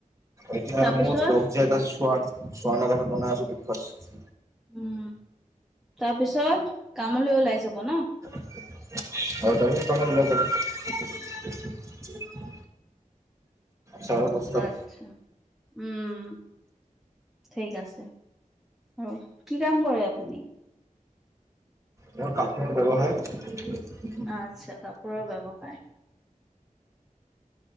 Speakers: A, on the right (about 20°); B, in the centre.
A: এতিয়া
B: তাৰপিছত
A: মোৰ <unintelligible> কাৰণে বনাই আছোঁ ব্ৰেকফাষ্ট।
B: উম, তাৰপিছত কামলৈ ওলাই যাব ন?
A: <unintelligible> চাৰে দহটাত
B: আচ্ছা, উম। ঠিক আছে, আৰু কি কাম কৰে আপুনি?
A: মোৰ কাপোৰৰ ব্যৱসায়
B: আচ্ছা কাপ কাপোৰৰ ব্যৱসায়।